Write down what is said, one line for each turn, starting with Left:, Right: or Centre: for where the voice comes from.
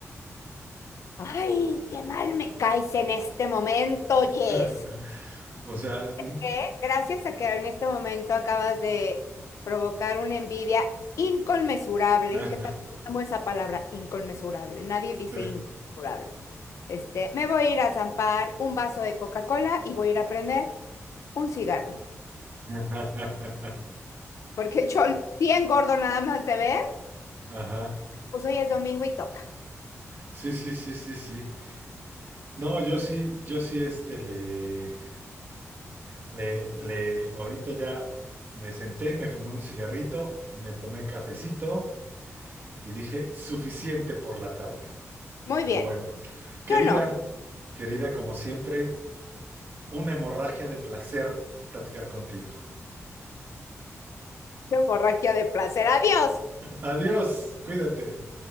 Left: Ay, qué mal me caes en este momento, Jess.
Right: <laughs> O sea, mm,
Left: que gracias a que en este momento acabas de provocar una envidia inconmensurable,
Right: <laughs>
Left: ¿qué tal? Amo esa palabra, inconmensurable. Nadie dice
Right: sí.
Left: inconmensurable. Este, me voy a ir a zampar un vaso de Coca-Cola y voy a ir a prender un cigarro.
Right: <laughs> Ajá.
Left: Porque yo sí engordo nada más de ver,
Right: Ajá.
Left: pues hoy es domingo y toca.
Right: Sí, sí, sí, sí, sí. No, yo sí, yo sí, este, le, le, le, ahorita ya me senté, me fumé un cigarrito, me tomé cafecito y dije, suficiente por la tarde.
Left: Muy
Right: Pero
Left: bien.
Right: bueno, querida,
Left: Yo no.
Right: querida, como siempre, una hemorragia de placer platicar contigo.
Left: Yo Borraquia de placer. Adiós.
Right: Adiós, cuídate.